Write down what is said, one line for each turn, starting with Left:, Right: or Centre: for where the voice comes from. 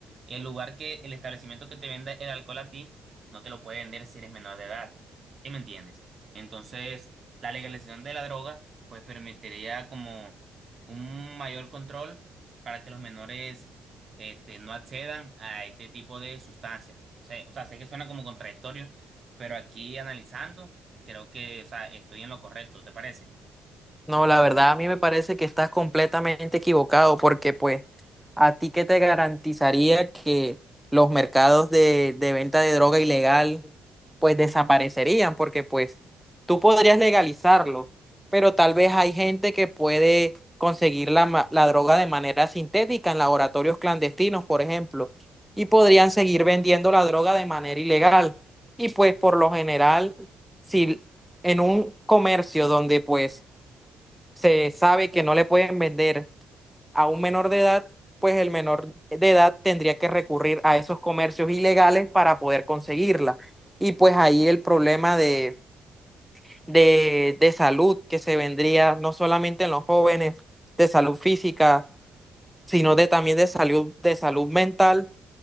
Right: el lugar que el establecimiento que te venda el alcohol a ti, no te lo puede vender si eres menor de edad. ¿Sí me entiendes? Entonces, la legalización de la droga, pues permitiría como un mayor control para que los menores este, no accedan a este tipo de sustancias. O sea, o sea, sé que suena como contradictorio, pero aquí analizando, creo que, o sea, estoy en lo correcto, ¿te parece?
Centre: No, la verdad a mí me parece que estás completamente equivocado porque pues a ti que te garantizaría que los mercados de, de venta de droga ilegal pues desaparecerían porque pues tú podrías legalizarlo, pero tal vez hay gente que puede conseguir la, ma- la droga de manera sintética en laboratorios clandestinos, por ejemplo, y podrían seguir vendiendo la droga de manera ilegal. Y pues por lo general, si en un comercio donde pues se sabe que no le pueden vender a un menor de edad, pues el menor de edad tendría que recurrir a esos comercios ilegales para poder conseguirla. Y pues ahí el problema de, de, de salud que se vendría no solamente en los jóvenes, de salud física, sino de, también de salud, de salud mental,